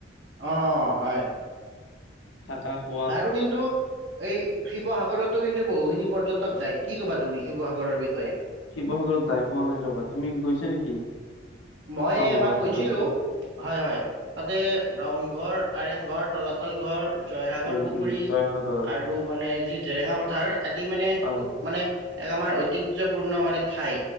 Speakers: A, on the right; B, on the left.
A: অঁ অঁ হয়।
B: থাকা হব
A: আৰু কিন্ত এই শিৱসাগৰতো কিন্তু বহুখিনি পৰ্যটক যায়। কি ক'বা তুমি শিৱসাগৰৰ বিষয়ে?
B: শিৱসাগৰত যাই পোৱা নাই ৰবা তুমি গৈছা নেকি?
A: মই
B: ৰংঘৰ
A: এবাৰ গৈছিলো।
B: কাৰেংঘৰ?
A: হয়-হয় তাতে ৰংঘৰ, কাৰেং ঘৰ, তলাতল ঘৰ জয়সাগৰ
B: উম
A: পুখুৰী
B: উম জয়সাগৰ
A: আৰু মানে যি জেৰেঙা পথাৰ আদি মানে
B: হয়
A: খুব মানে এক আমাৰ ঐতিহ্যপূৰ্ণ মানে ঠাই